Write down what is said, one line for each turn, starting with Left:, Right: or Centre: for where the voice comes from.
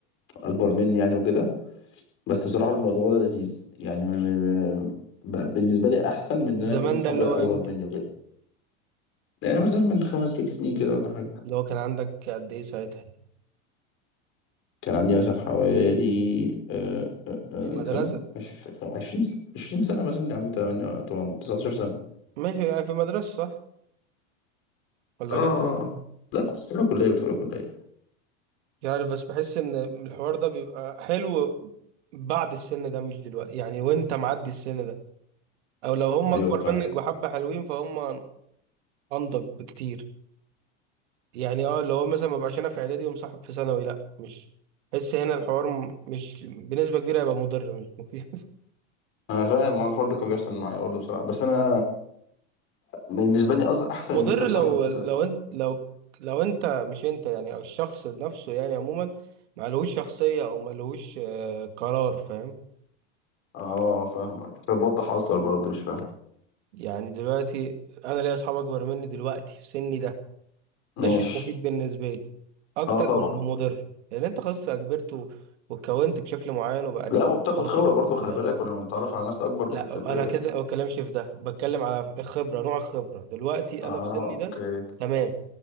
Left: اكبر مني يعني وكده بس بصراحه الموضوع ده لذيذ يعني م- م- م- ب- بالنسبه لي احسن من ان انا
Right: زمان
Left: يكون اصحابي
Right: ده اللي
Left: اصغر
Right: هو امتى
Left: مني وكده يعني مثلا من خمس ست سنين كده ولا حاجه
Right: اللي هو كان عندك قد ايه ساعتها
Left: كان عندي مثلا حوالي آه، آه، آه،
Right: في مدرسه
Left: كم عش- عشرين عشرين سنه مثلا يعني تمانية طبعا 19 سنه
Right: ماشي يعني في مدرسه صح ولا
Left: اه
Right: جامعه
Left: اه آه. لا كنت في أولى كليه كنت في أولى كليه
Right: يعني بس بحس ان الحوار ده بيبقى حلو بعد السن ده مش دلوقتي يعني وانت معدي السن ده او لو هم
Left: ايوه
Right: اكبر
Left: فاهم
Right: منك بحبة حلوين فهم انضج بكتير يعني اه اللي هو مثلا ما بقاش انا في اعدادي ومصاحب في ثانوي لا مش بحس هنا الحوار م- مش بنسبة كبيرة هيبقى مضر مش مفيد <laughs>
Left: انا فاهم ما الحوار ده كان بيحصل معايا برضه بصراحه بس انا بالنسبه لي اصلا احسن
Right: مضر
Left: ان انت تصاحب
Right: لو لو انت لو لو انت مش انت يعني او الشخص نفسه يعني عموما ملهوش شخصية او ملهوش آه، قرار فاهم
Left: اه فاهمك طب وضح اكتر برضه مش فاهم
Right: يعني دلوقتي انا ليا اصحاب اكبر مني دلوقتي في سني ده
Left: ماشي
Right: ده شيء مفيد بالنسبة لي أكتر
Left: اه طبعا
Right: من إنه مضر لأن أنت خلاص كبرت و- واتكونت بشكل معين وبقى ليك
Left: لا وبتاخد
Right: قراراتك
Left: خبرة برضه
Right: ودماغك
Left: خلي بالك ولما بتتعرف على ناس اكبر بت
Right: لا
Left: ب...
Right: أنا كده ما بتكلمش في ده بتكلم على الخبرة نوع الخبرة دلوقتي
Left: اه
Right: أنا في سني
Left: اوكي
Right: ده تمام